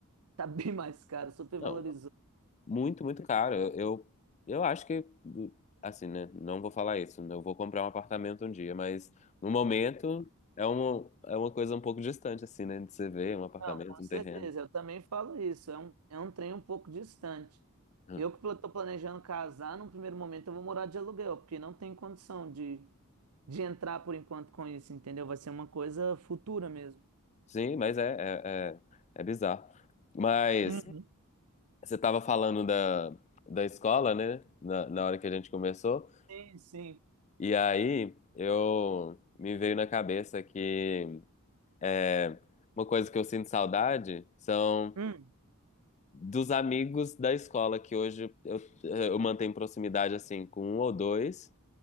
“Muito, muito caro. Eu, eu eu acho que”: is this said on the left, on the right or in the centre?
Left